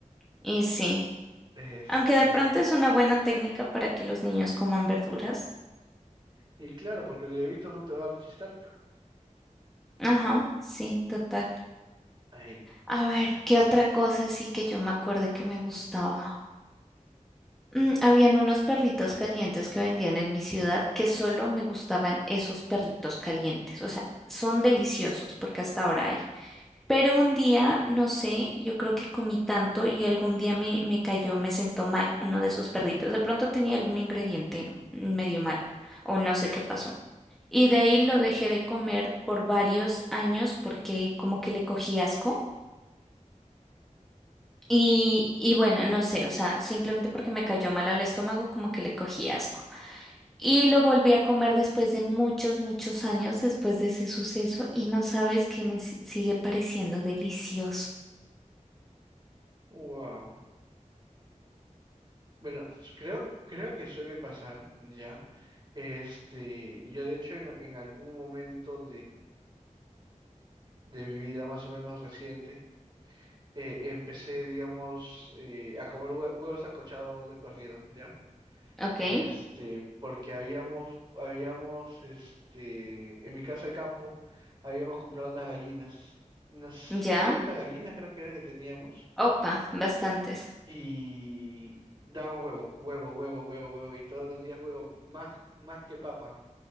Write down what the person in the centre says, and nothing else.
Y sí.
Aunque de pronto es una buena técnica para que los niños coman verduras.
Ajá, sí, total.
A ver, ¿qué otra cosa sí que yo me acuerdo que me gustaba? Mm, habían unos perritos calientes que vendían en mi ciudad que solo me gustaban esos perritos calientes. O sea, son deliciosos porque hasta ahora hay. Pero un día, no sé, yo creo que comí tanto y algún día me, me cayó, me sentó mal uno de esos perritos. De pronto tenía algún ingrediente medio malo o no sé qué pasó. Y de ahí lo dejé de comer por varios años porque como que le cogí asco.
Y, y bueno, no sé, o sea, simplemente porque me cayó mal al estómago, como que le cogí asco. Y lo volví a comer después de muchos, muchos años después de ese suceso y no sabes que me si- sigue pareciendo delicioso.
¿Ok?
Ya.
Opa, bastantes.